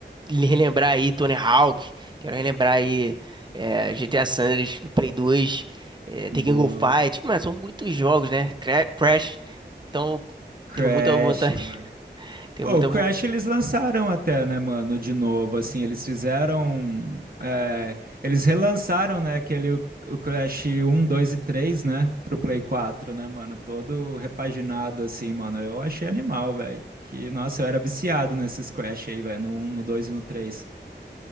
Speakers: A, on the right (about 25°); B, on the right (about 50°).
A: relembrar aí Tony Hawk, quero relembrar aí é, GTA San Andreas do Play 2, é, Tekken
B: Boa.
A: Go Fight. Mas são muitos jogos, né? Cra- Crash. Então,
B: Crash,
A: tenho muita vontade.
B: mano.
A: <laughs> Tenho
B: Ô,
A: muita
B: o Crash
A: vo-
B: eles lançaram até, né, mano, de novo, assim, eles fizeram, é, eles relançaram, né, aquele, o o Crash um 2 e 3 né, pro Play 4, né, mano, todo repaginado, assim, mano, eu achei animal, velho, que, nossa, eu era viciado nesses Crash aí, velho, no um no 2 e no três